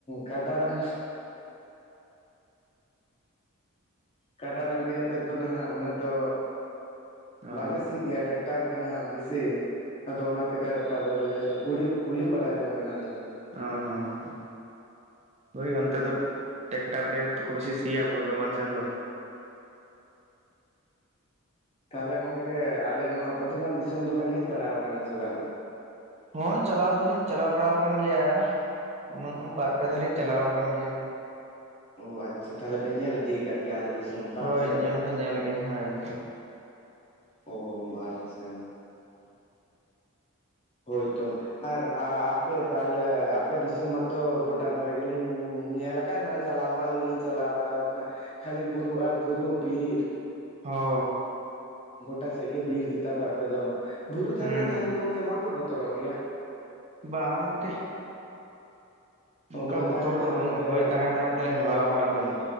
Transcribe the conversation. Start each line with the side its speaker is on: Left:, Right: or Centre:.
Left: ᱠᱟᱰᱟ ᱰᱟᱝ ᱠᱟᱰᱟ ᱰᱟᱝᱨᱤ ᱟᱛᱮᱫ ᱫᱚ ᱱᱟᱦᱟᱜ ᱩᱱᱟᱹᱜ ᱫᱚ
Right: ᱚ
Left: ᱵᱟᱞᱮ ᱥᱤ ᱜᱮᱭᱟ, ᱴᱮᱠᱴᱟᱨ ᱜᱮ ᱱᱟᱦᱟᱜ ᱵᱮᱥᱤ᱾ ᱟᱫᱚ ᱚᱱᱟᱛᱮ <unintelligible> ᱩᱲᱤ ᱠᱩᱞᱤ ᱵᱟᱲᱟ ᱡᱚᱝ ᱠᱟᱱᱟᱞᱤᱧ᱾
Right: ᱚ ᱦᱚᱸ ᱦᱚᱸ ᱦᱚᱸ ᱦᱳᱭ ᱚᱱᱛᱮ ᱫᱚ ᱴᱮᱠᱴᱟᱨ ᱛᱮ ᱜᱮ ᱛᱚ ᱠᱚ ᱵᱤᱥᱤ ᱥᱤᱭᱟ ᱵᱚᱨᱫᱷᱚᱢᱟᱱ ᱥᱮᱱ ᱫᱚ᱾
Left: ᱛᱟᱦᱚᱞᱮ ᱜᱚᱝᱠᱮ ᱟᱞᱮ ᱱᱚᱣᱟ ᱵᱚᱨᱫᱷᱚᱢᱟᱱ ᱫᱤᱥᱚᱢ ᱫᱚᱵᱮᱱ ᱦᱮᱡ ᱵᱟᱲᱟᱣ ᱠᱟᱱᱟ ᱥᱮ ᱵᱟᱝ?
Right: ᱦᱚᱸ ᱪᱟᱞᱟᱣ ᱫᱚᱞᱤᱧ ᱪᱟᱞᱟᱣ ᱵᱟᱲᱟ ᱟᱠᱟᱱ ᱜᱮᱭᱟ᱾ ᱩᱱᱟᱹᱜ ᱵᱟᱨ ᱯᱮ ᱫᱷᱟᱞᱤᱧ ᱪᱟᱞᱟᱣ ᱠᱟᱱ ᱜᱮᱭᱟ᱾
Left: ᱳ ᱟᱪᱪᱷᱟ ᱛᱟᱦᱚᱞᱮ ᱵᱮᱱ ᱧᱮᱞ ᱤᱫᱤ ᱠᱟᱫ ᱜᱮᱭᱟ ᱟᱞᱮ ᱫᱤᱥᱚᱢ ᱵᱟᱝ
Right: ᱦᱳᱭ
Left: ᱥᱮ?
Right: ᱧᱮᱞ ᱧᱮᱞ ᱜᱮ ᱦᱟᱭ
Left: ᱚ ᱟᱪᱪᱷᱟ ᱦᱳᱭ ᱛᱚ ᱟᱨ ᱟᱯᱮ ᱟᱞᱮ ᱟᱯᱮ ᱫᱤᱥᱚᱢ ᱢᱟᱛᱚ ᱜᱚᱴᱟ ᱫᱷᱟᱨᱮ ᱜᱮᱞᱤᱧ ᱧᱮᱞ ᱟᱠᱟ ᱠᱟᱫ ᱢᱟᱱᱮ ᱪᱟᱞᱟᱣ ᱦᱚᱸ ᱟᱹᱞᱤᱧ ᱞᱤᱧ ᱪᱟᱞᱟᱣ ᱵᱟᱲᱟᱣ ᱠᱟᱱᱟ ᱠᱷᱟᱹᱞᱤ ᱵᱩᱨᱩ ᱟᱨ ᱵᱩᱨᱩ ᱵᱤᱨ
Right: ᱦᱚᱻ
Left: ᱜᱚᱴᱟ ᱥᱮᱫ ᱜᱮ ᱵᱤᱨ ᱜᱮᱛᱟ ᱯᱮ ᱟᱯᱮ ᱫᱚ ᱵᱩᱨᱩ ᱫᱷᱟᱨᱮ
Right: ᱦᱩᱸ
Left: ᱨᱮ ᱛᱟᱦᱮᱱ ᱜᱚᱝᱠᱮ ᱵᱟᱝᱯᱮ ᱵᱚᱛᱚᱨᱚᱜ ᱜᱮᱭᱟ?
Right: ᱵᱟᱝ ᱜᱚᱝᱠᱮ ᱚᱱᱠᱟ
Left: ᱢᱟᱱᱮ
Right: ᱵᱚᱛᱚᱨ
Left: ᱛᱟᱸᱦᱮ ᱛᱟᱸᱦᱮ
Right: ᱫᱚ ᱵᱟᱹᱱᱩᱜᱼᱟ
Left: ᱛᱮᱯᱮ
Right: ᱦᱳᱭ ᱛᱟᱦᱮᱸ ᱛᱟᱦᱮᱸ ᱛᱮᱞᱮ
Left: ᱦᱮᱣᱟᱣ
Right: ᱟᱠᱟᱱᱟ
Left: ᱠᱟᱱᱟ᱾
Right: ᱛᱚ